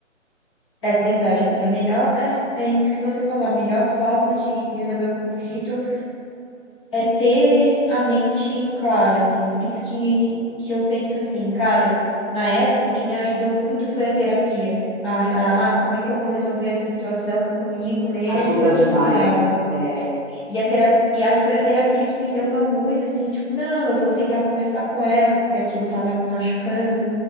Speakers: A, on the left; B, on the right.
A: é verdade, amiga. A melhor, é, é isso que você falou. A melhor forma de resolver um conflito é ter a mente clara, assim. Por isso que, que eu penso assim, cara, na época o que me ajudou muito foi a terapia. A, a, ah, como é que eu vou resolver essa situação comigo mesmo
B: Ajuda demais.
A: e com ela?
B: É,
A: E a terapia, e a- foi a terapia que me deu uma luz, assim, tipo, não, eu vou tentar conversar com ela, porque aquilo tava me machucando.